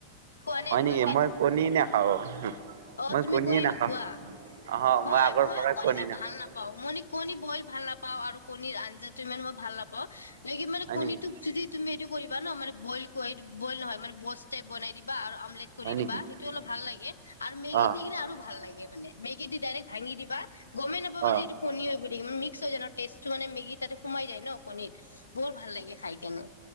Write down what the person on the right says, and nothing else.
হয়
নেকি? মই কণী নাখাওঁ,
মই
কণীয়ে
নাখাওঁ।
অহ
মই আগৰ
পৰাই
কনিনা
হয়
নেকি
হয় নেকি
অ
অ